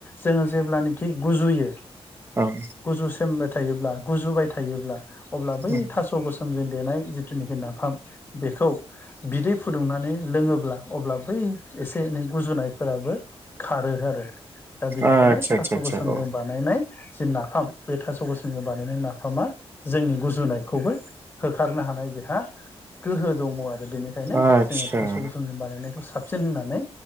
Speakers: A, on the left; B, on the right.
A: जोङो जेब्लानोखि गुजुयो
B: ओं
A: गुजु सेमबाय थायोब्ला गुजुबाय थायोब्ला अब्ला बै
B: ओं
A: थास' गोसो सोमजों देनाय जिथुनुखि नाफाम बेखौ बिदै फुदुंनानै लोङोब्ला अब्ला बै एसे एनै गुजुनायफोराबो खारो आरो दा बेनिखायनो
B: आदसा
A: थास'
B: आदसा आदसा
A: गोसोमजों
B: औ
A: बानायनाय जि नाफाम बे थास' गोसोमनि बानायनाय नाफामा जोंनि गुजुनायखौबो होखारनो हानाय बेहा गोहो दङ आरो बेनिखायनो
B: आदसा
A: जोङो थास' गोसोमजों बानायनायखौ साब साबसिन होननानै